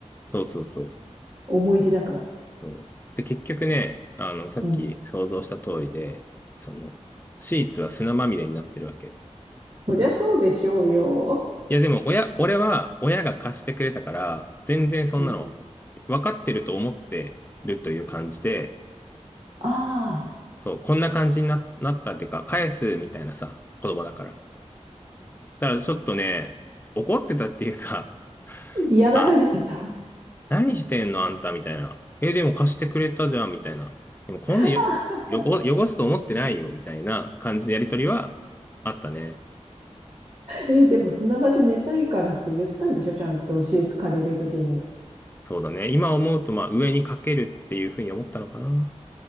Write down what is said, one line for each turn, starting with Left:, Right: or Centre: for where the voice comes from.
Left: そうそうそう。
Right: 思い出だから。
Left: そう。で、結局ね、あの、さっき想像した通りで、
Right: うん。
Left: その、シーツは砂まみれになってるわけ。
Right: そりゃそうでしょうよ。
Left: いや、でも、親、俺は親が貸してくれたから、全然そんなの、
Right: うん。
Left: 分かってると思ってるという感じで、
Right: ああ、
Left: そう、こんな感じにな、なったっていうか、返すみたいなさ、子供だから。だからちょっとね、怒ってたっていうか、<laughs>
Right: 嫌がられてた。
Left: まあ、何してんのあんたみたいな。え、でも貸してくれたじゃんみたいな。でもこんなよ、
Right: <laughs>
Left: よご、汚すと思ってないよみたいな感じのやりとりはあったね。
Right: えーでも砂場で寝たいからって言ったんでしょちゃんとシーツ借りるときに。
Left: そうだね。今思うと、まあ、上にかけるっていうふうに思ったのかな。